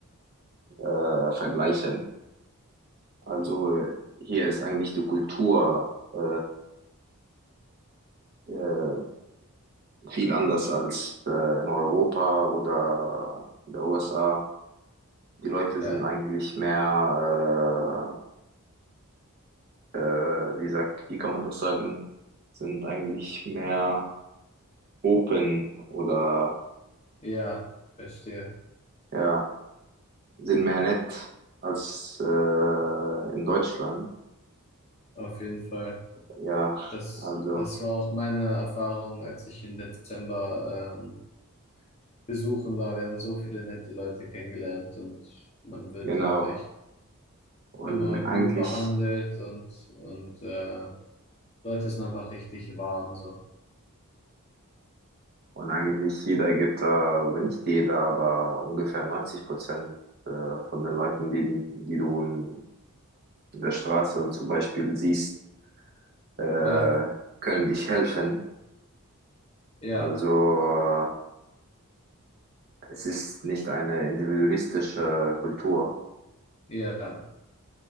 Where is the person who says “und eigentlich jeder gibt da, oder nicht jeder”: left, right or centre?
Right